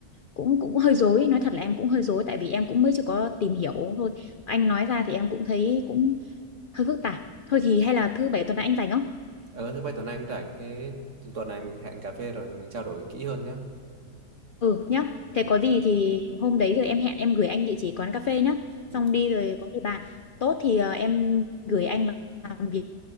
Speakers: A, on the left (about 55°); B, on the right (about 50°).
A: cũng cũng hơi rối nói thật là em cũng hơi rối tại vì em cũng mới chưa có tìm hiểu thôi anh nói ra thì em cũng thấy cũng hơi phức tạp thôi thì hay là thứ bảy tuần này anh rảnh không
B: ờ thứ bảy tuần anh rảnh thế tu- tuần này mình hẹn cà phê rồi mình trao đổi kỹ hơn nhá
A: Ừ nhá, thế
B: ừ,
A: có gì thì hôm đấy rồi em hẹn em gửi anh địa chỉ quán cà phê nhá. Xong
B: ừ,
A: đi rồi có gì bạn. Tốt thì ờ, em gửi anh làm việc